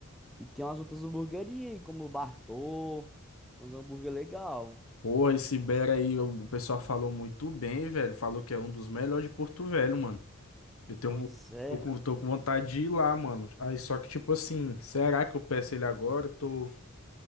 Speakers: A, in the centre; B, on the left (about 70°).
A: E tem umas outras hamburguerias aí, como o Bartô, tem uns hambúrguer legal.
B: porra, esse Bera aí, o pessoal falou muito bem, velho. Falou que é um dos melhores de Porto Velho, mano. Eu tenho,
A: Pois é,
B: tô com, tô com vontade de ir lá, mano. Aí, só que, tipo assim, será que eu peço ele agora? Tô.